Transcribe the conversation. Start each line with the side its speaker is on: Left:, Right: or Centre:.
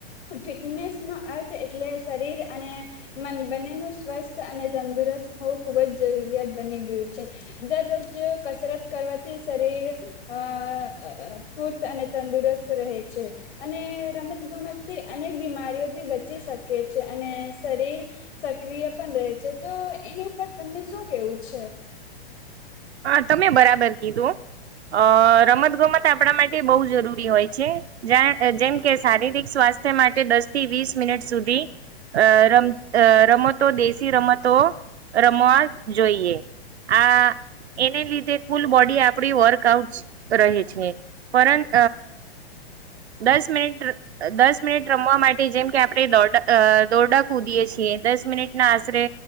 Left: ફિટનેસ નો અર્થ એટલે શરીર અને મન બંને ન સ્વસ્થ અને તંદુસ્ત હોવું ખુબ જ જરૂરિયાત બની ગયું છે દરરોજ કસરત કરવાથી શરીર હા હ અ ફુર્ત અને તંદુરસ્ત રહે છે અને રમત ગમતથી અનેક બીમારીઓ બચી શકે છે અને શરીર સક્રિય પણ રહે છે તો એની ઉપર તમને શું શું કેવું છે.
Right: હા તમે બરાબર કીધું અ રમત ગમત આપણા માટે બહુ જરૂરી હોય છે જે જેમ કે શારીરિક સ્વાસ્થ સ્વાસ્થ્ય માટે દસ થી વીસ મિનિટ સુધી અ રમ રમતો દેશી રમતો રમવા જોઈએ હ એને લીધે કુલ બોડી આપણી વર્કઆઉટ રહે છે પરંત દસ મિનિટ દસ મિનિટ રમવા માટે જેમ કે આપણે દોડા દોરડા કૂદીએ છીએ દસ મિનિટના આશરે